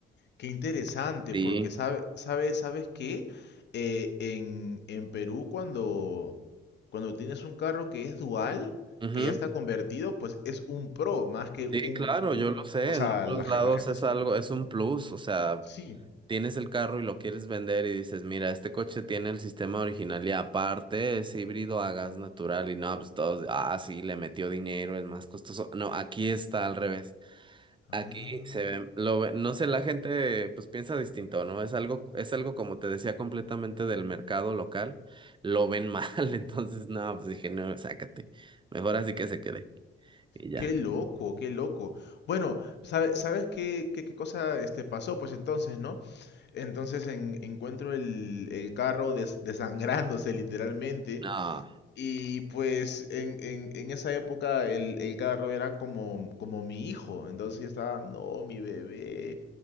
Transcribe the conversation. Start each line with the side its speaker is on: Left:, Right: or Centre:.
Left: Qué interesante,
Right: Sí,
Left: porque sabe, sabe, ¿sabes qué? Eh, en, en Perú, cuando, cuando tienes un carro que es dual,
Right: ujú,
Left: que ya está convertido, pues es un pro, más que
Right: Sí,
Left: un,
Right: claro,
Left: un-
Right: yo lo sé,
Left: o sea,
Right: en otros
Left: la, ge-
Right: lados
Left: la gente
Right: es
Left: dice,
Right: algo,
Left: "Mm,
Right: es un plus, o sea,
Left: sí.
Right: tienes el carro y lo quieres vender y dices, mira, este coche tiene el sistema original y aparte es híbrido a gas natural y no, pues todos, ah, sí, le metió dinero, es más costoso. No, aquí está al revés. Aquí
Left: Ah,
Right: se ve, lo ve- no sé, la gente pues piensa distinto, ¿no? Es algo, es algo como te decía, completamente del mercado local, lo ven mal, <laughs> entonces no, pues dije, no, sácate, mejor así que se quede, y ya.
Left: qué loco, qué loco. Bueno, sabe- ¿sabes qué, qué, qué cosa este, pasó? Pues entonces, ¿no? Entonces en- encuentro el, el carro des- desangrándose literalmente
Right: No.
Left: Y pues en, en, en esa época el, el carro era como, como mi hijo, entonces yo estaba, no, mi bebé.